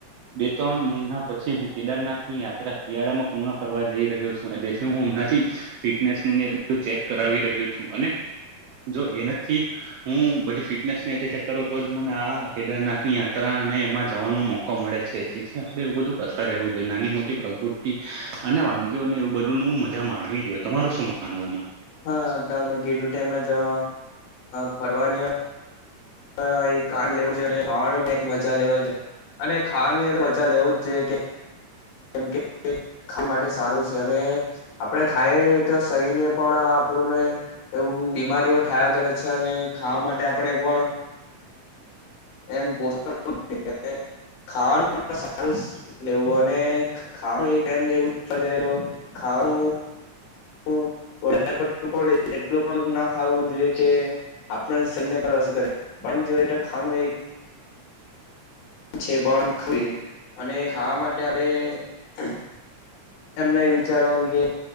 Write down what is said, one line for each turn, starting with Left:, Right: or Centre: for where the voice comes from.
Right: બે ત્રણ મહિના પછી હું કેદારનાથ ની યાત્રા શિયાળામાં પૂર્ણ કરવા જઈ રહ્યો છું જેથી હું હમણાંથી ફિટનેસ નું ને ચેક કરાવી રહ્યો છું અને જો એનાથી જ હું બધી ફિટનેસ ની ચેક કરું તો જ મને આ કેદારનાથ ની યાત્રા ને એમાં જવાનો મોકો મળે છે જેથી આપડે એવું બધું કરતા રહેવું જોઈએ નાની મોટી પ્રકૃતિ અને વાનગીઓને એવું બધું નુ મજા માણવી જોઈએ તમારું શું માનવું એમાં?
Left: હા તમે કીધુ તેમજ અ ફરવાની હ એ કાન લેવું ખાવા પણ મજા લેવા છે અને ખાવાની મજા લેવું જ જોઈએ કે કેમ કે ખાવા માટે સારું છે અને આપડે ખાઈ નહી તો શરીર ને પણ આપણુંને એવું બીમારીઓ થાયા કરે છે અને ખાવા માટે આપણે પણ
Right: <inaudible>
Left: એમ પોષણ પણ મળી રહે ખવાનું સારુ લેવુ હો ને ખાવાનું એક ટાઈમ જેવું <unintelligible> ખાવાનું નુ વધારે પડતું એટલું પણ ન ખાવું જોઈએ કે આપણા શરીર ને પર અસર કરે પણ જો તો ખાવાનું એક છે પણ અને ખાવા માટે આપડણે એમ નહી વિચારવાનુ કે